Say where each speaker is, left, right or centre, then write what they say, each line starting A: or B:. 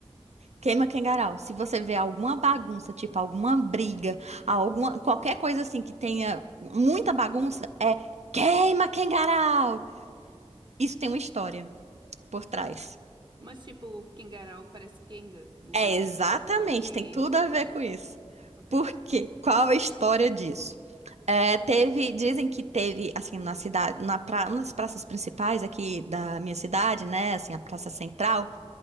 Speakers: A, on the right (about 85°); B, on the right (about 45°).
A: Queima Kengarau. Se você vê alguma bagunça, tipo alguma briga, alguma qualquer coisa assim que tenha muita bagunça, é queima Kengarau. Isso tem uma história por trás.
B: Mas tipo, Kengarau parece Kenga, não
A: É,
B: tem
A: exatamente,
B: a a anca e
A: tem tudo
B: voa.
A: a ver com isso.
B: Ok.
A: Por quê? Qual a história disso? É, teve, dizem que teve, assim, na cidade, na pra, uma das praças principais aqui da minha cidade, né, assim, a praça central,